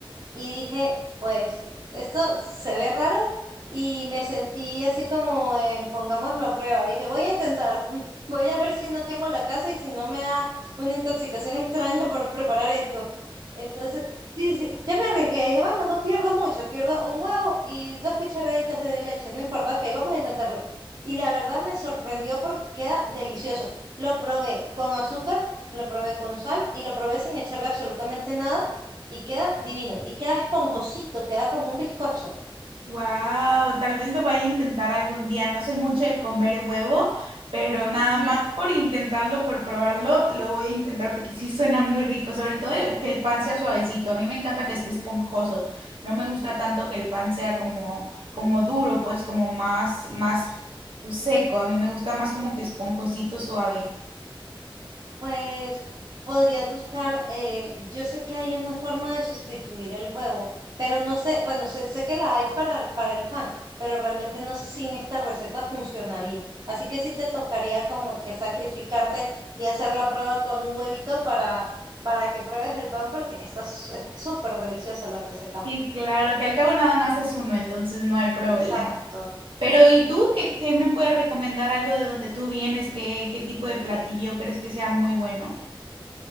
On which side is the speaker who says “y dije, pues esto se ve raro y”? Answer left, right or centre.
Right